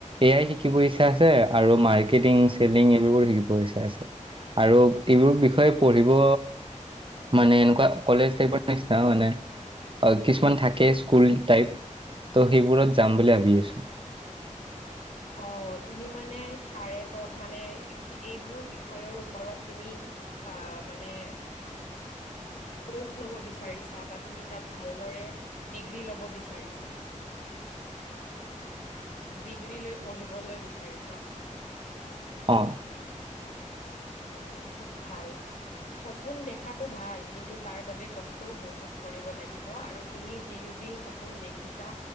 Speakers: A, on the right; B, on the left.
A: এ আই শিকিব ইচ্ছা আছে আৰু মাৰ্কেটিং চেলিং এইবোৰ শিকিব ইচ্ছা আছে। আৰু এইবোৰ বিষয়ে পঢ়িব মানে এনেকুৱা কলেজ টাইপৰ নিচিনা মানে, কিছুমান থাকে স্কুল টাইপ। ত' সেইবোৰত যাম বুলি ভাবি আছোঁ।
B: অ', তুমি মানে তাৰে মানে এইবোৰ বিষয়ৰ ওপৰত তুমি অ' মানে ক'ৰ্চ ল'ব বিচাৰিছা বা তুমি তাত ভালদৰে ডিগ্ৰী ল'ব বিচাৰিছা ডিগ্ৰী লৈ পঢ়িবলৈ বিচাৰিছা?
A: অ'।
B: উম, খুব ভাল। সপোন দেখাটো ভাল, কিন্তু তাৰ বাবে কষ্টও বহুত কৰিব লাগিব আৰু তুমি যি যি সপোন দেখিছা